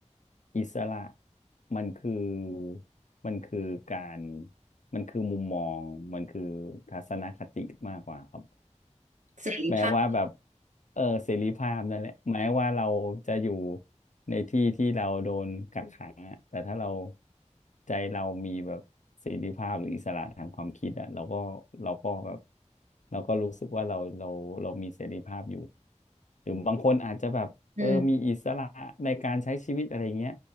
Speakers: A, on the left; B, on the right.
A: อิสระมันคือมันคือการมันคือมุมมองมันคือทัศนคติมากกว่าครับ
B: เสรีภาพ
A: แม้ว่าแบบเออเสรีภาพนั่นแหละแม้ว่าเราจะอยู่ในที่ที่เราโดนกักขังอะแต่ถ้าเราใจเรามีแบบเสรีภาพหรืออิสระทางความคิดอะเราก็เราก็แบบเราก็รู้สึกว่าเราเราเรามีเสรีภาพอยู่หรือบางคนอาจจะแบบเออมีอิสระในการใช้ชีวิตอะไรเงี้ย
B: อืม